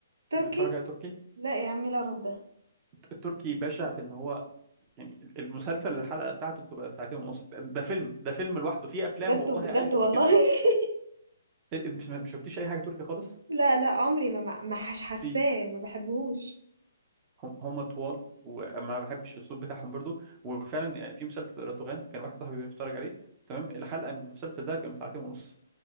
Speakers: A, on the right (about 85°); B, on the right (about 25°).
A: تركي
B: بتتفرج على تركي
A: لا يا عم لا رف ده
B: التركي بشع في ان هو يعني المسلسل الحلقه بتاعته بتبقى ساعتين ونص ده فيلم ده فيلم لوحده في افلام
A: بجد
B: والله
A: بجد
B: اقل
A: والله
B: من كده
A: <laughs>
B: مش ما شفتيش اي حاجه تركي خالص
A: لا لا عمري ما ما ما حش حاساه
B: في
A: ما بحبهوش
B: هم هم طوال وما بحبش الاسلوب بتاعهم برضو وفعلا يعني في مسلسل رادوغان كان واحد صاحبي بيتفرج عليه تمام الحلقه من المسلسل ده كانت ساعتين ونص